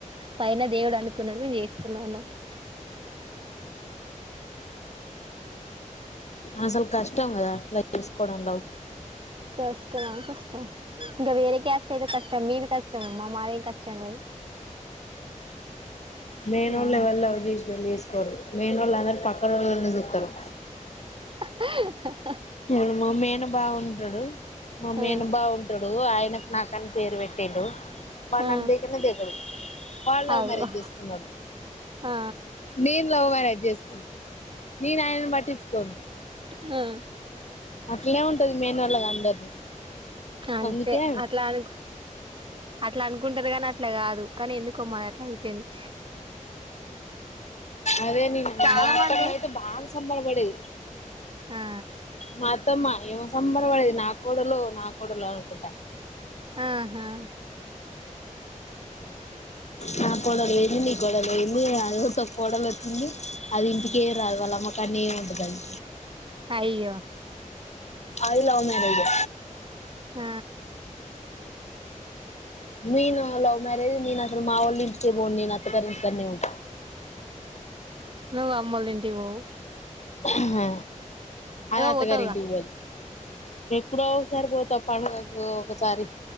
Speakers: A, on the right; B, on the left.
A: పైన దేవుడు అనుకున్నాడు మేము చేసుకున్నాం అన్నట్
B: అసలు కష్టం కదా అట్లా చేసుకోవడంంలో
A: కష్టమా కష్టం ఇంకా వేరే క్యాస్ట్ అయితే కష్టం మీది కష్టం అమ్మా మాదేం కష్టం లే
B: లేనొల్లు
A: ఆ
B: ఎవర్ని లవ్ చేసి పెళ్ళి చేసుకోరు మెన్ ఓళ్ళ అందరూ పక్కనోళ్ళనీ చుత్తరు
A: హ
B: అడు మామేన బాగుంటాడు మామేన
A: ఆ
B: బాగుంటాడు ఆయనకు నాకుని పేరు పెట్టేండు వాళ్ళ
A: ఆ
B: నన్న దగ్గరనే దగ్గరు వాళ్ళ లవ్
A: అగో
B: మ్యారేజ్ చేసుకున్నాడు
A: ఆ
B: నేను లవ్ మ్యారేజ్ చేసుకున్నా నేను ఆయన పట్టించుకోను
A: హా
B: అట్నే ఉంటది మెయిన్ వాళ్ళగా అందరిది
A: అంతే
B: అందుకే
A: అట్లా అగు అట్లా అనుకుంటారు కాని అట్లా కాదు కానీ ఎందుకుమ్ మాది అట్లా అయిపోయింది
B: అదే నే
A: చాలా
B: మా అత్త
A: మంది
B: అయితే బాగా సంబధపడేది
A: ఆ
B: మా అత్తమా ఏమో సంబరవడేది నా కోడలో నా కోడలు అనుకుంటా
A: ఆహా
B: నా కొడల్ ఎలి కొడ అదిస కోడలు వచ్చింది అది ఇంటికే రాదు వాళ్ళమ్మకాన్నే ఉంటదది
A: అయ్యో
B: అది లవ్ మ్యరేజే
A: ఆ
B: మీనాలవ్ మ్యారేజ్ ఏ అసలు మావోళ నింటికే పోను
A: నువ్ అమ్మలుంటివోవు
B: హ అది అత్తగారింటికి
A: పోతావుగా
B: పోదు ఎప్పుడో ఒకసారి పోతా పండగకు ఒకసారి